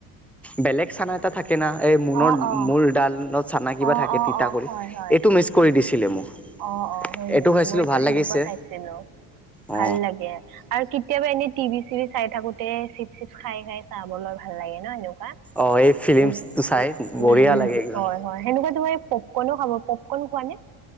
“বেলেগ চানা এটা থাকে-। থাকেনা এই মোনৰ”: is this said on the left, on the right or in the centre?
Centre